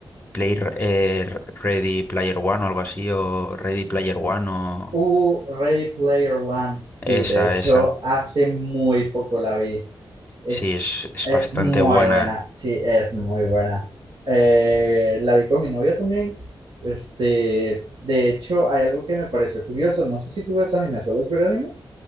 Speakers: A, on the left; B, on the right.
A: Play R- eh, R- Ready Player One o algo así, o Ready Player One o
B: Uh, Ray Player One, sí,
A: esa,
B: de hecho,
A: esa.
B: hace muy poco la vi. Es,
A: Sí, es, es
B: es
A: bastante
B: muy
A: buena.
B: buena, sí, es muy buena. Eh, la vi con mi novia también. Este, de hecho, hay algo que me pareció curioso. No sé si tú ves anime, ¿sueles ver anime?